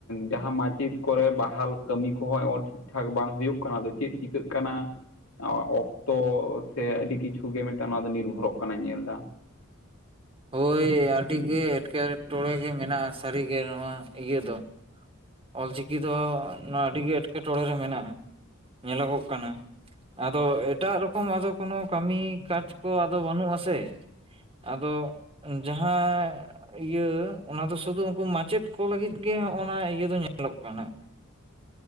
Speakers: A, on the left; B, on the right.
A: ᱡᱟᱦᱟᱸ ᱢᱟᱪᱮᱫ ᱠᱚᱨᱮ ᱵᱟᱦᱟᱞ ᱠᱟᱹᱢᱤ ᱠᱚᱦᱚᱸ ᱚ ᱴᱷᱤᱠ ᱴᱷᱤᱠ ᱴᱷᱟᱠ ᱵᱟᱝ ᱦᱩᱭᱩᱜ ᱠᱟᱱᱟ ᱟ ᱪᱮᱫ ᱪᱤᱠᱟᱹᱜ ᱠᱟᱱᱟ ᱚᱠᱛᱚ ᱥᱮ ᱟᱹᱰᱤ ᱠᱤᱪᱷᱩ ᱜᱮ ᱢᱤᱫᱴᱟᱝ ᱱᱚᱣᱟ ᱫᱚ ᱱᱤᱨᱵᱷᱚᱨᱚᱜ ᱠᱟᱱᱟᱧ ᱧᱮᱞ ᱮᱫᱟ
B: ᱦᱳᱭ ᱟᱹᱰᱤᱜᱮ ᱮᱴᱠᱮᱴᱚᱬᱮ ᱜᱮ ᱢᱮᱱᱟᱜ-ᱟ ᱥᱟᱹᱨᱤᱜᱮ ᱱᱚᱣᱟ ᱤᱭᱟᱹ ᱫᱚ ᱚᱞᱪᱤᱠᱤ ᱫᱚ ᱱᱚᱣᱟ ᱟᱹᱰᱤᱜᱮ ᱮᱸᱴᱠᱮᱴᱚᱬᱮ ᱨᱮ ᱢᱮᱱᱟᱜ-ᱟ ᱧᱮᱞᱚᱜᱚᱜ ᱠᱟᱱᱟ ᱟᱫᱚ ᱮᱴᱟᱜ ᱨᱚᱠᱚᱢ ᱟᱫᱚ ᱠᱳᱱᱳ ᱠᱟᱹᱢᱤ ᱠᱟᱡᱽ ᱠᱚ ᱟᱫᱚ ᱵᱟᱹᱱᱩᱜ-ᱟ ᱥᱮ ᱟᱫᱚ ᱡᱟᱦᱟᱸ ᱤᱭᱟᱹ ᱚᱱᱟ ᱫᱚ ᱥᱩᱫᱷᱩ ᱩᱱᱠᱩ ᱢᱟᱪᱮᱫ ᱠᱚ ᱞᱟᱹᱜᱤᱫ ᱜᱮ ᱦᱚᱸᱜ ᱤᱭᱟᱹ ᱧᱮᱞᱚᱜ ᱠᱟᱱᱟ